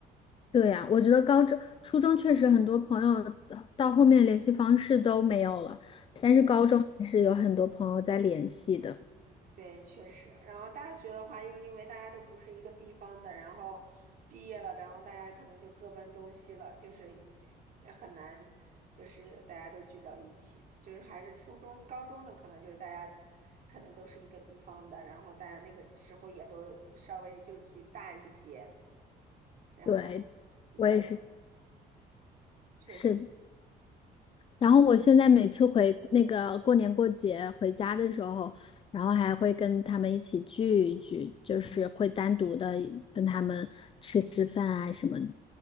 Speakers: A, on the left (about 30°); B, on the right (about 55°).
A: 对呀，我觉得高中、初中确实很多朋友到到后面联系方式都没有了，但是高中还是有很多朋友在联系的。
B: 对。对，确实。然后大学的话，又因为大家都不是一个地方的，然后毕业了，然后大家可能就各奔东西了，就是也很难，就是大家都聚到一起。就是还是初中、高中的，可能就是大家可能都是一个地方的，然后大家那个时候也都稍微就只大一些，然后
A: 对，
B: 比较容，
A: 我也是，
B: 确实。
A: 是的然后我现在每次回那个过年过节回家的时候，然后还会跟他们一起聚一聚，就是会单独的跟他们吃吃饭啊什么的。